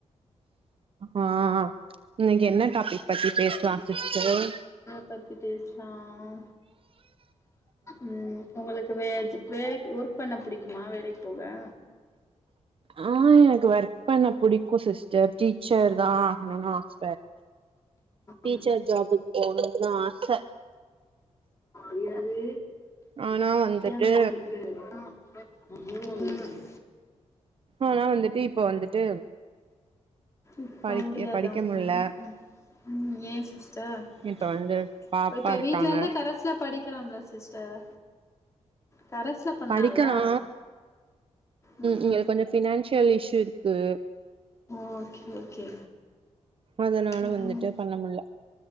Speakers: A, on the right; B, on the left.
A: ஆ இன்னைக்கு என்ன டாபிக் பத்தி பேசலாம் சிஸ்டர்
B: எத பத்தி பேசலாம் ம் உங்களுக்கு வேஜ் வேக் ஒர்க் பண்ண பிடிக்குமா வேலைக்கு போயே
A: ஆ எனக் ஒர்க் பண்ண பிடிக்கும் சிஸ்டர் டீச்சர் தா ஆகணுன் ஆச டீச்சர்
B: ம்
A: ஜாபுக்கு போனும்னு ஆச
B: போய்ட்டன்
A: ஆனா வந்துட்டு
B: நெனச்ச <unintelligible>
A: ஆனா வந்துட்டு இப்ப வந்துட்டு
B: இப்ப
A: படிக்க
B: முடியாத
A: படிக்க முல்ல
B: ம் ம் ம் சிஸ்டர்
A: இப்ப வந்து
B: இப்
A: பாப்பா
B: இப்ப
A: இருக்காங்க
B: வீட்ல இருந்த கரஸ்ல படிக்கலாம்ல சிஸ்டர் கரஸ்ல பண்லால
A: படிக்கலா
B: ம்
A: இங்க கொஞ்சோ ஃபினான்சியல் இஷ்யூ இருக்கு
B: ஓகே ஓகே
A: அதனால
B: ம்
A: வந்துட்டு பண்ண முல்ல